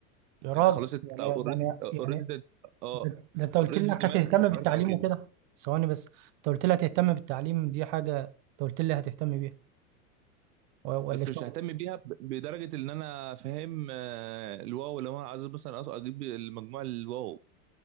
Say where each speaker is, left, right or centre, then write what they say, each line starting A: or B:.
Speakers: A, on the right; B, on the right.
A: يا راجل
B: لأن انت خلاص انت
A: يعني
B: اوريدي
A: يعني
B: اوريدي
A: يعني
B: اه
A: ده, ده انت قلت
B: اوريدي
A: لي انك
B: دماغك
A: هتهتم
B: اتعودت
A: بالتعليم
B: على كده
A: وكده ثواني بس انت قلت لي هتهتم بالتعليم دي حاجه انت قلت لي هتهتم بيها و- ولا
B: بس
A: شغل
B: مش ههتم بيها ب- بدرجه ان انا فاهم آه، الواو لو انا عايز مثلا أط- اجيب المجموع الواو